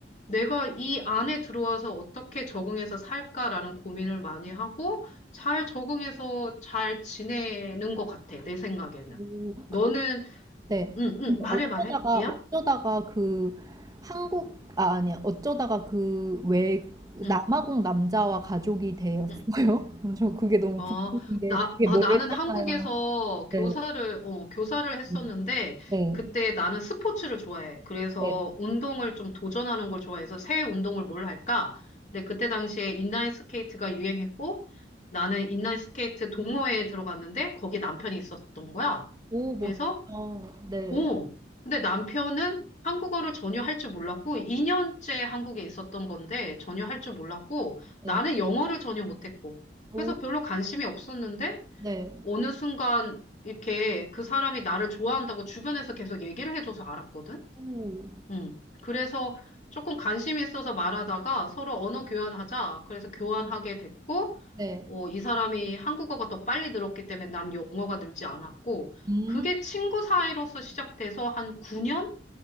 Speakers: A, on the left; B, on the right.
A: 내가 이 안에 들어와서 어떻게 적응해서 살까라는 고민을 많이 하고 잘 적응해서 잘 지내는 것 같아, 내 생각에는.
B: 오.
A: 너는,
B: 네.
A: 응, 응,
B: 근데
A: 말해,
B: 어쩌다가
A: 말해. 미안?
B: 어쩌다가 그 한국 아 아니 어쩌다가 그 왜
A: 응.
B: 남아공 남자와 가족이 되었어요?
A: 응.
B: <laughs> 저 그게 너무
A: 아,
B: 궁금한 게
A: 나,
B: 되게
A: 아,
B: 멀잖아요.
A: 나는 한국에서 교사를,
B: 네.
A: 어, 교사를 했었는데,
B: 음, 네.
A: 그때 나는 스포츠를 좋아해. 그래서
B: 네.
A: 운동을 좀 도전하는 걸 좋아해서 새 운동을 뭘 할까? 근데 그때 당시에 인라인 스케이트가 유행했고, 나는 인라인 스케이트 동호회에 들어갔는데, 거기 남편이 있었던 거야.
B: 오 멋지다.
A: 그래서
B: 네.
A: 오, 근데 남편은 한국어를 전혀 할 줄 몰랐고, 2년째 한국에 있었던 건데, 전혀 할 줄 몰랐고,
B: 네.
A: 나는 영어를 전혀 못했고,
B: 오
A: 그래서 별로 관심이 없었는데,
B: 네.
A: 어느 순간 이렇게 그 사람이 나를 좋아한다고 주변에서 계속 얘기를 해줘서 알았거든?
B: 오.
A: 음. 그래서 조금 관심이 있어서 말하다가 서로 언어 교환하자. 그래서 교환하게
B: 네.
A: 됐고,
B: 네.
A: 어, 이 사람이 한국어가 더 빨리 늘었기 때문에 난 영어가 늘지 않았고,
B: 음.
A: 그게 친구 사이로서 시작돼서 한 9년